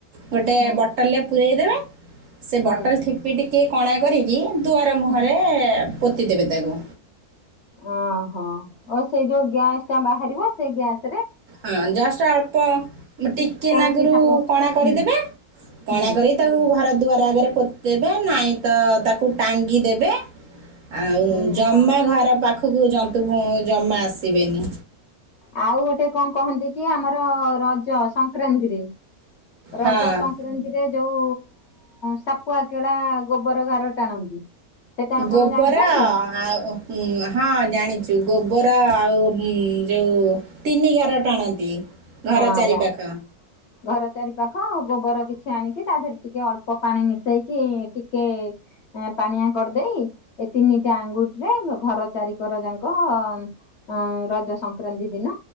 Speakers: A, on the right (about 60°); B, on the left (about 60°).
A: ଗୋଟେ
B: ହୁଁ
A: ବଟଲରେ ପୂରୋଇ ଦେବେ ସେ
B: ହୁଁ
A: ବଟଲ ଠିପି ଟିକିଏ କଣା କରିକି ଦୁଆର ମୁହଁରେ
B: ହୁଁ
A: ପତି ଦେବେ ତାକୁ।
B: ଓହୋ ଓ ସେଇ ଯୋଉ ଗ୍ୟାସ୍ ଟା ବାହାରିବ ସେ ଗ୍ୟାସ୍
A: ହଁ ଜଷ୍ଟ ଅଳ୍ପ ଟିକେ
B: କୌଣସି
A: ନାଗରୁ
B: ସାପ
A: କଣା କରିଦେବେ
B: ହୁଁ
A: କଣା
B: ହୁଁ
A: କରି ତାକୁ ଘର ଦୁଆର ଆଗରେ ପୋତି ଦେବେ ନାଇଁ ତ ତାକୁ ଟାଙ୍ଗି ଦେବେ ଆଉ
B: ହୁଁ
A: ଜମା
B: ହଁ
A: ଘର ପାଖକୁ ଜନ୍ତୁ ଜମା ଆସିବେନି।
B: ଆଉ ଗୋଟେ କଣ କହନ୍ତି କି ଆମର ରଜ ସଂକ୍ରାନ୍ତିରେ ରଜ
A: ହଁ
B: ସଂକ୍ରାନ୍ତିରେ ଯୋଉ ସାପୁଆ କେଳା ଗୋବର ଘାର ଟାଣନ୍ତି। ସେଟା ଆପଣ
A: ଗୋବର
B: ଜାଣିଛନ୍ତି?
A: ଆଉ ହଁ ଜାଣିଛୁ। ଗୋବର ଆଉ ଯୋଉ ତିନି ଗାର ଟାଣନ୍ତି। ଘର
B: ହଁ
A: ଚାରି
B: ଯା
A: ପାଖ।
B: ଘର ଚାରି ପାାଖ ଗୋବର କିଛି ଆଣିକି ତା ଦେହରେ ଟିକେ ଅଳ୍ପ ପାଣି ମିଶେଇକି ଟିକେ ପାଣିଆ କରିଦେଇ ଏ ତିନିଟା ଆଙ୍ଗୁଠିରେ ଘର ଚାରିି କରଯାଁକ ଅଁ-ଅଁ ରଜ ସଂକ୍ରାନ୍ତି ଦିନ